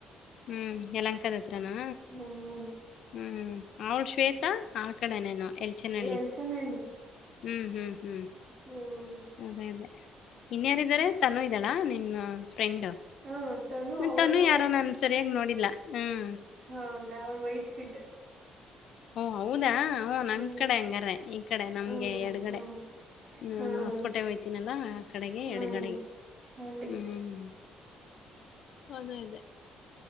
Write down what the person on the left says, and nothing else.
ಹ್ಮ್ ಯಲಂಕದ ಹತ್ರನಾ
ಹ್ಮ್ ಅವಳು ಶ್ವೇತಾ ಆ ಕಡೆನೇನು ಎಲ್ಚನಹಳ್ಳಿ
ಹ್ಮ್ ಹ್ಮ್ ಹ್ಮ್
ಅದೇ ಅದೇ ಇನ್ಯಾರೆ ತನು ಇದ್ದಾಳ ನಿನ್ನ ಫ್ರೆಂಡ್
ತನು ಯಾರೋ ನನ್ ಸರಿಯಾಗಿ ನೋಡಿಲ್ಲ ಹ್ಮ್
ಓ ಹೌದಾ
ನಮ್ ಕಡೆ ಹಂಗಾರ ಈ ಕಡೆ ನಮ್ಗೆ
ಎಡ್ಗಡೆ
ನಾನು
ಹೊಸ್ಕೋಟೆಗೆ ಹೋಗಯ್ತೀನಲ್ಲ ಆ ಕಡೆಗೆ
ಎಡಗಡೆಗೆ
ಹ್ಮ್ ಅದೇ ಅದೇ